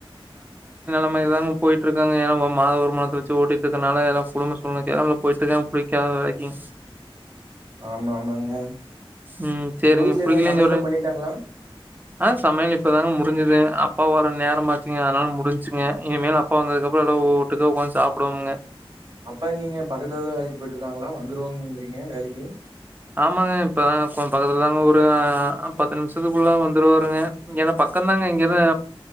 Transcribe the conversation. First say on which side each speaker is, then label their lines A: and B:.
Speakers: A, on the right (about 20°); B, on the right (about 60°).
A: அப்பிடிதாங்க போயிட்டு இருக்காங்க ஏன்னா மாத ஒருமானதத்தை வச்சு ஓட்டிட்டு இருக்கனால எல்லாம் குடும்பம் சொல்லண கேல போயிட்டு இருக்காங்க பிடிக்காத வேலைக்கும்
B: ஆமா ஆமாங்க
A: உம் சரிங்க
B: உங்க வீட்ல
A: புடிக்கலன்னு
B: என்ன சமையல்லாம்
A: சொல்றேங்க
B: பண்ணிட்டாங்களா?
A: ஆஹ் சமையல் இப்பதாங்க முடிஞ்சது அப்பா வர நேரமாச்சக்கங் அதனால முடிஞ்சுங்க இன மேல அப்பா வந்ததுக்ககு அப்புறம் எல்லோரும் ஒட்டுக்கா உட்காந்து சாப்பிடுவாங்க
B: அப்பாங்கங்க பக்கத்துல தான் வேலைக்கு போயிட்டு இருக்காங்களா வந்துருவங்கிறீங்க வேலைக்கு எ
A: ஆமாங்க இப்ப தாங்க கொ்ச பக்கத்துலதாங்க ஒரு பத்து நிமிஷத்துக்குள்ள வந்துருவாருங்க ஏன்னா பக்கம்்தாங்க இங்கரு